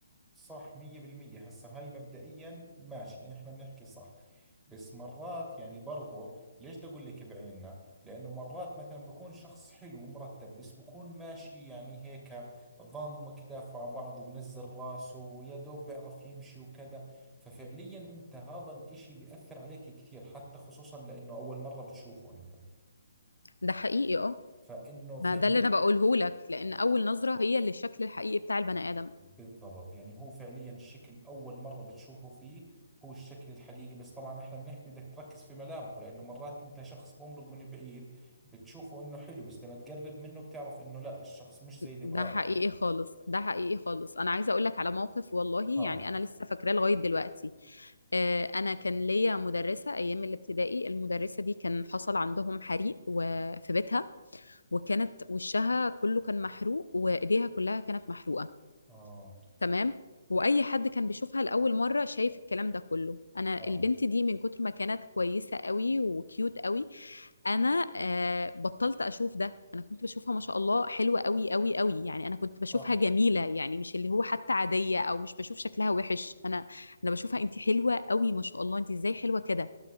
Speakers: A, in the centre; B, on the left.
A: صح مية بالمية هسه هاي مبدئيا ماشي احنا بنحكي صح بس مرات يعني برضو ليش بدي اقول لك بعيننا لانه مرات مثلا بكون شخص حلو ومرتب بس بكون ماشي يعني هيك ضم كتافه على بعض ومنزل راسه ويا دوب بيعرف يمشي وكذا ففعليا انت هذا الاشي بيأثر عليك كثير حتى خصوصا لانه اول مرة بتشوفه انت
B: ده حقيقي آه
A: فانه فعليا
B: ما ده اللي انا بقوله لك لان اول نظره هي اللي الشكل الحقيقي بتاع البني ادم
A: بالضبط يعني هو فعليا الشكل أول مرة بتشوفه فيه هو الشكل الحقيقي بس طبعا احنا بنحكي بدك تركز في ملامحه لأنه مرات أنت شخص بمرق من بعيد بتشوفه إنه حلو بس لما تقرب منه بتعرف إنه لا الشخص مش زي اللي
B: ده
A: براسك
B: حقيقي خالص ده حقيقي خالص انا عايزه اقول لك على موقف والله
A: اه
B: يعني انا لسه فاكراه لغايه دلوقتي آه، انا كان ليا مدرسه ايام الابتدائي المدرسه دي كان حصل عندهم حريق وفي بيتها وكانت وشها كله كان محروق وايديها كلها كانت محروقه
A: اه
B: تمام واي حد كان بيشوفها لاول مره شايف الكلام ده كله انا
A: اه
B: البنت دي من كتر ما كانت كويسه قوي وكيوت قوي انا آه بطلت اشوف ده انا كنت بشوفها ما شاء الله حلوه قوي قوي قوي يعني انا كنت بشوفها
A: صح
B: جميله يعني مش اللي هو حتى عاديه او مش بشوف شكلها وحش انا انا بشوفها انت حلوه قوي ما شاء الله انت ازاي حلوه كده